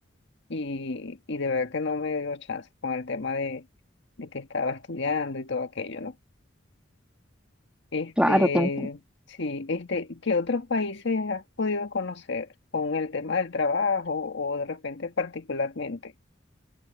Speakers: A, on the left (about 65°); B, in the centre.
A: y, y de verdad que no me dio chance con el tema de, de que estaba estudiando y todo aquello, ¿no? Este,
B: Claro que entiendo.
A: sí, este, ¿qué otros países has podido conocer con el tema del trabajo o de repente particularmente?